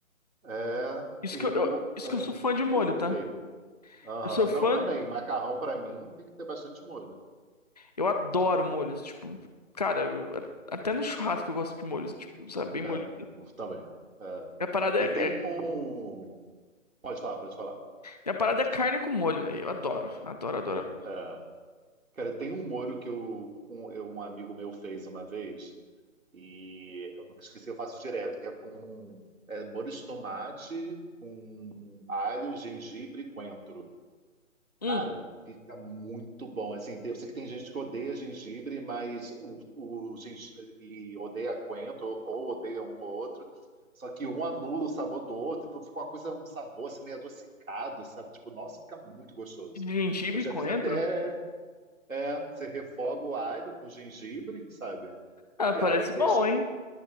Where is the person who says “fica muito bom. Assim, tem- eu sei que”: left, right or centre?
Right